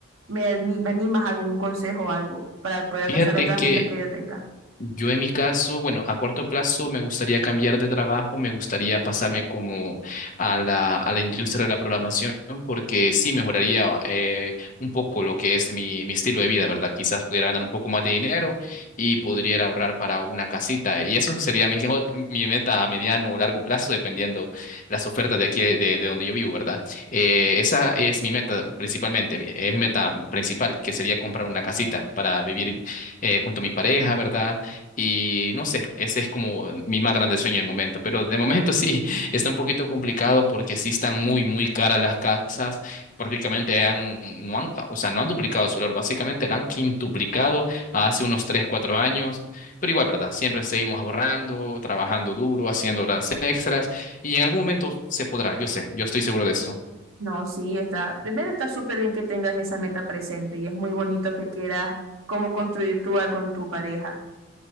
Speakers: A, on the right; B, on the left.
A: me ani- me animas a algún consejo o algo para poder alcanzar
B: Fíjate
A: otras
B: que
A: metas que yo tenga.
B: Yo en mi caso, bueno, a corto plazo me gustaría cambiar de trabajo, me gustaría pasarme como a la, a la industria de la programación porque sí mejoraría eh, un poco lo que es mi, mi estilo de vida, ¿verdad? Quizás pudiera ganar un poco más de dinero y podría ahorrar para una casita. Y eso sería mi, <laughs> mi meta a mediano o largo plazo, dependiendo las ofertas de aquí, de, de donde yo vivo, ¿verdad? Eh, esa es mi meta principalmente, mi- es mi meta principal, que sería comprar una casita para vivir eh, junto a mi pareja, ¿verdad? Y no sé, ese es como mi más grande sueño de momento. Pero de momento sí, <laughs> está un poquito complicado porque sí están muy, muy caras las casas. Prácticamente han, no han, o sea, no han duplicado su valor. Básicamente la han quintuplicado hace unos 3 4 años. Pero igual, ¿verdad? Siempre seguimos ahorrando, trabajando duro, haciendo horas extras. Y en algún momento se podrá, yo sé, yo estoy seguro de eso.
A: No, sí, está. Primero está súper bien que tengas esa meta presente y es muy bonito que quieras cómo construir tu hogar con tu pareja.